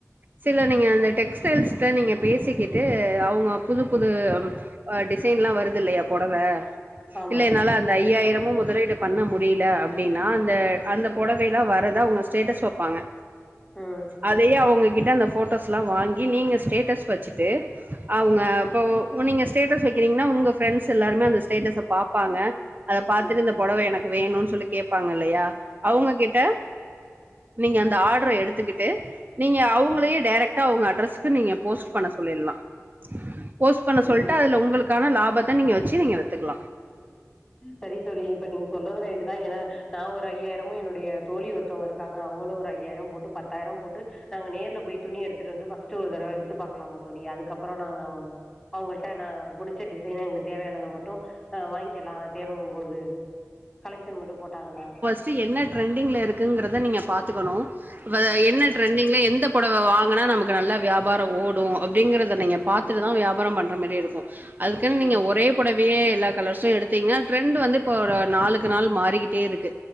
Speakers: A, on the right; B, on the left.
A: சில நீங்க அந்த டெக்ஸ்டைல்ஸ்ல நீங்க பேசிக்கிட்டு அவுங்க புது புது டிசைன்லா வருது இல்லையா பொடவ
B: ஆமா
A: இல்ல என்னால அந்த ஐயாயிரமு முதலீடு பண்ண முடியல அப்டின்னா அந்த அந்த பொடவைலா வ அத அவுங்க ஸ்டேட்டஸ் வப்பாங்க
B: ம்
A: அதையே அவங்ககிட்ட அந்த ஃபோட்டோஸ்லா வாங்கி நீங்க ஸ்டேட்டஸ் வச்சுட்டு அவங்க இப்போ நீங்க ஸ்டேட்டஸ் வைக்கிறீங்கன்னா உங்க ஃப்ரெண்ட்ஸ் எல்லாருமே அந்த ஸ்டேட்டஸ பாப்பாங்க அத பாத்துட்டு
B: ம்
A: இந்த பொடவ எனக்கு வேணுன் சொல்லி கேப்பாங்க இல்லையா அவங்க கிட்ட நீங்க அந்த ஆர்டர எடுத்துக்கிட்டு நீங்க அவங்களையே டேரெக்டா அவங்க அட்ரஸ் நீங்க போஸ்ட் பண்ண சொல்லிடலா போஸ்ட் பண்ண சொல்ட்டு
B: ம்
A: அதுல உங்களுக்கான லாபத்த நீங்க வச்சு நீங்க வித்துக்கலா
B: சரி தோழி இப்ப நீங்க சொல்றதுல ரைட்டுதா ஏனா நா ஒரு ஐயாயிரமு என்னுடைய தோழி ஒருத்தவங்க இரு க்காங்க அவங்களு ஒரு ஐயாயிரோ போட்டு பத்தாயிரோ போட்டு நாங்க நேர்ல போய் துணி எடுத்துட்டு வந்து பர்ஸ்ட் ஒரு தடவ வித்து பாக்கலாமா தோழி அதுக்கப்றோ நாங்க அவங்கள்ட்ட நா புடிச்ச டிசைன எங்களுக்கு தேவையானத மட்டு அ வாங்கிக்கலா தேவங்கும் போது கலெக்ஷன் மட்டு போட்டாங்கனா
A: சு என்ன ட்ரெண்டிங்ல இருக்குங்கிறத நீங்க பாத்துக்கணு என்ன ட்ரெண்டிங்ல எந்த பொட வாங்குனா நமக்கு நல்லா வியாபார ஓடு அப்டிங்கறத நீங்க
B: ம்
A: பாத்துட்டுதா வியாபாரோ பண்ற மாரி இருக்கு அதுக்குன்னு
B: ம்
A: நீங்க ஒரே புடவையே எல்லா கலர்ஸு எடுத்தீங்கன்னா ட்ரெண்ட் வந்து இப்போ ஒரு நாலு க்கு நாள் மாறிக்கிட்டே இருக்கு